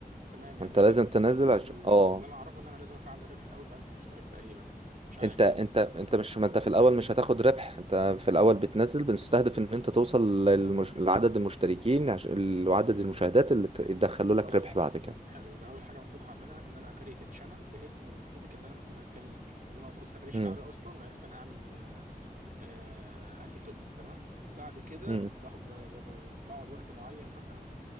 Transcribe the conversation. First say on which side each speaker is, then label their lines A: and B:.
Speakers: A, on the right; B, on the right.
A: تمام يعني
B: ما انت
A: مش
B: لازم
A: لازم
B: تنزل
A: اصل
B: عشان اه
A: اصل اللي انا اعرفه ان انا لازم افعل الربح الاول ب 1000 مشترك تقريبا مش عارف
B: انت انت انت مش ما انت في الاول مش هتاخد ربح انت في الاول بتنزل بنستهدف ان انت توصل للمش... لعدد المشتركين عش... لعدد المشاهدات اللي ت- يدخلوا
A: خلاص
B: لك ربح بعد كده
A: حلو يبقى اول حاجه المفروض هعملها ان انا هكريت التشانل باسم التوبيك اللي انا المفروض هتكلم فيه اللي انا المفروض سرشت
B: امم
A: عليه اصلا وعرفت انا هعمل آه انهي توبيك تمام بعد كده
B: امم
A: باخد ب- ب- ب- بقعد وقت معين مثلا